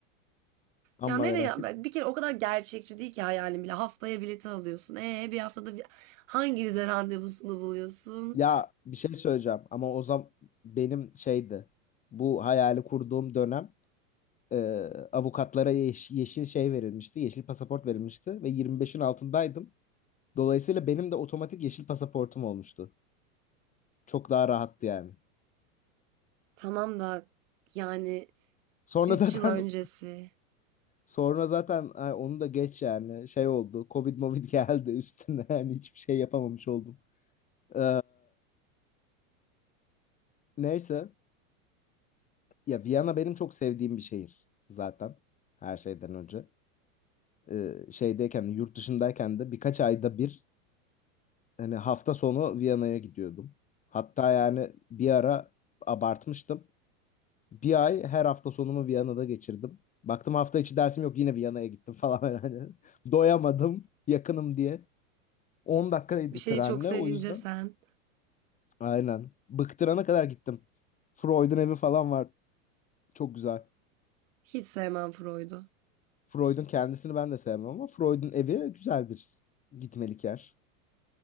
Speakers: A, on the left (about 20°); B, on the right (about 60°).
A: Ama
B: Ya nereye?
A: ve lakin
B: Bir kere o kadar gerçekçi değil ki hayalin bile. Haftaya bileti alıyorsun. Ee bir haftada bir... hangi vize randevusunu buluyorsun?
A: Ya bir şey söyleyeceğim ama o zaman benim şeydi. Bu hayali kurduğum dönem e, avukatlara yeş- yeşil şey verilmişti. Yeşil pasaport verilmişti ve 25'in altındaydım. Dolayısıyla benim de otomatik yeşil pasaportum olmuştu. Çok daha rahattı yani.
B: Tamam da yani
A: Sonra
B: 3
A: <laughs> zaten
B: yıl öncesi.
A: sonra zaten ay, onu da geç yani şey oldu. Covid movid geldi üstüne <laughs> yani hiçbir şey yapamamış oldum. Ee, neyse ya Viyana benim çok sevdiğim bir şehir zaten her şeyden önce. e, şeydeyken de, yurt dışındayken de birkaç ayda bir hani hafta sonu Viyana'ya gidiyordum. Hatta yani bir ara abartmıştım. Bir ay her hafta sonumu Viyana'da geçirdim. Baktım hafta içi dersim yok yine Viyana'ya gittim falan <laughs> hani. Doyamadım yakınım diye. 10 dakikaydı
B: Bir şeyi
A: trenle
B: çok sevince
A: o yüzden.
B: sen.
A: Aynen. Bıktırana kadar gittim. Freud'un evi falan var. Çok güzel.
B: Hiç sevmem Freud'u.
A: Freud'un kendisini ben de sevmem ama Freud'un evi güzel bir gitmelik yer.